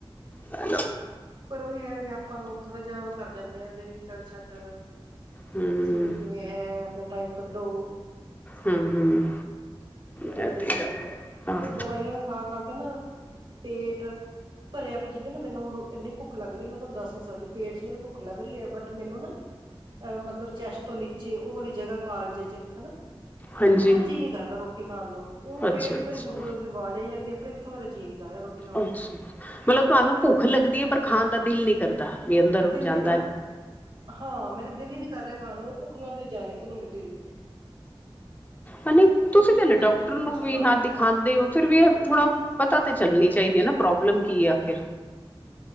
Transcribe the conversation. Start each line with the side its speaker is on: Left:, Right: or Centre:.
Left: ਹੈਲੋ
Right: ਪਰ ਉਹੀ ਹੈ ਵੀ ਆਪਾਂ ਲੋਕ ਥੋੜਾ ਜਿਹਾ ਉਹ ਕਰ ਜਾਂਨੇ ਆ, ਅਗੇ ਵੀ, ਚੱਲ ਛੱਡ
Left: ਹੂੰ
Right: ਜਿਵੇਂ ਕਿਵੇਂ ਹੈ, ਆਪਣਾ ਟਾਈਮ ਕੱਢੋ।
Left: ਹੂੰ ਹੂੰ ਇਹ
Right: ਏਦਾਂ
Left: ਤੇ
Right: ਹੀ ਹੋ ਜਾਂਦਾ,
Left: ਗੱਲ ਹਾਂ
Right: ਤੇ ਦਵਾਈਆਂ ਖਾ ਖਾ ਕੇ ਨਾ, ਪੇਟ ਭਰਿਆ ਪ ਜਿਵੇਂ ਨਾ ਮੈਨੂੰ ਹੁਣ ਇਨੇ ਭੁੱਖ ਲੱਗ ਰਹੀ ਹੈ ਮੈਂ ਤੁਹਾਨੂੰ ਦੱਸ ਨਹੀਂ ਸਕਦੀ, ਪੇਟ ਚ ਮੇਰੇ ਭੁੱਖ ਲੱਗ ਰਹੀ ਹੈ, ਬੱਟ ਮੈਨੂੰ ਨਾ ਅ ਮੱਤਲਬ ਚੈਸਟ ਤੋਂ ਨੀਚੇ, ਉਹ ਵਾਲੀ ਜਗ੍ਹਾ ਕਾਲਜੇ ਚ ਹੈਨਾ
Left: ਹਾਂਜੀ
Right: ਉੱਥੋਂ ਜੀਅ ਨੀ ਕਰਦਾ ਰੋਟੀ ਖਾਣ ਨੂੰ, ਉਹ
Left: ਅੱਛਾ
Right: ਪੇਟ ਚ ਮੇਰੇ
Left: ਅੱਛਾ
Right: ਗੁੜਗੁੁੜ ਆਵਾਜ ਆ ਜਾਂਦੀ ਹੈ, ਪਰ ਇਥੋਂ ਮੇਰਾ ਜਿਅ ਨਹੀਂ ਕਰਹਾ, ਰੋਟੀ ਖਾਣ
Left: ਅੱਛਾ,
Right: ਨੂੰ
Left: ਮੱਤਲਬ ਤੁਹਾਨੂੰ ਭੁੱਖ ਲੱਗਦੀ ਹੈ ਪਰ ਖਾਣ ਦਾ ਦਿਲ ਨੀ ਕਰਦਾ। ਵੀ ਅੰਦਰ
Right: ਦਿਲ
Left: ਜਾਂਦਾ
Right: ਨੀ ਕਰਦਾ, ਹਾਂ ਮੇਰੇ ਦਿਲ ਹੀ ਨੀ ਕਰ ਰਿਹਾ ਖਾਣ ਨੂੰ, ਭੁੱਖ ਨਾਲ ਮੇਰੀ ਜਾਣ ਨਿਕਲ ਵਰਗੀ ਹੋਈ ਪਈ ਹੈ।
Left: ਹਾ ਨੀ, ਤੁਸੀਂ
Right: ਜੀਅ
Left: ਹਲੇੇ
Right: ਨੀ ਕਰਦਾ
Left: ਡਾਕਟਰ
Right: ਕਿ ਕੁੱਛ
Left: ਨੂੰ ਵੀ,
Right: ਖਾਵਾਂ
Left: ਹਾ ਖਾਂਦੇ ਹੋ, ਫਿਰ ਵੀ ਇਹ ਥੋੜਾ ਪਤਾ ਤਾਂ ਚੱਲਣੀ ਚਾਹੀਦੀ ਹੈ ਨਾ, ਪ੍ਰੋਬਲਮ ਕੀ ਆ ਫਿਰ